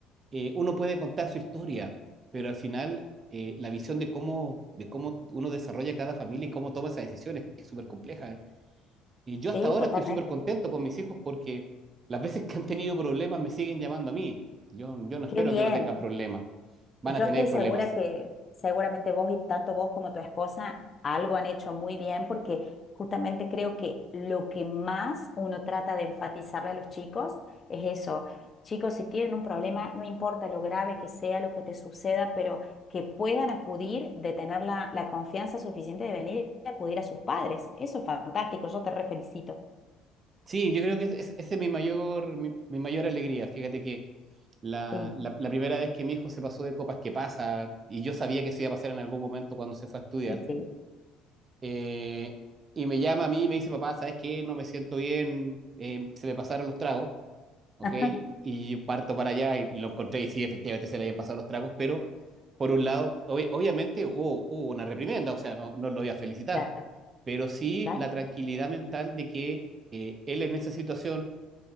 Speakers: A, on the right; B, on the left.
A: eh, uno puede contar su historia, pero al final eh, la visión de cómo, de cómo uno desarrolla cada familia y cómo toma esas decisiones es súper compleja. Y yo hasta
B: sí,
A: ahora
B: totalmente.
A: estoy súper contento con mis hijos porque las veces que han tenido problemas me siguen llamando a mí. Yo, yo no espero
B: Qué bien.
A: que no tengan problemas, van
B: Yo
A: a tener
B: estoy segura
A: problemas
B: que seguramente vos y tanto vos como tu esposa algo han hecho muy bien porque justamente creo que lo que más uno trata de enfatizarle a los chicos es eso. Chicos, si tienen un problema, no importa lo grave que sea, lo que te suceda, pero que puedan acudir, de tener la, la confianza suficiente de venir y acudir a sus padres. Eso es fantástico, yo te re felicito.
A: Sí, yo creo que es- es- esa es mi mayor, mi, mi mayor alegría. Fíjate que la,
B: Sí,
A: la- la primera vez que mi hijo se pasó de copas que pasa, y yo sabía que eso iba a pasar en algún momento cuando se fue a estudiar,
B: y sí.
A: eh, y me llama a mí y me dice, papá, ¿sabes qué? No me siento bien, eh, se me pasaron los tragos, ¿ok?
B: <laughs>
A: Y yo parto para allá y lo encontré y sí, efectivamente se le habían pasado los tragos, pero por un lado, ob- obviamente hubo, hubo una reprimenda, o sea, no, no lo voy a felicitar,
B: Claro,
A: pero sí
B: claro.
A: la tranquilidad mental de que eh, él en esa situación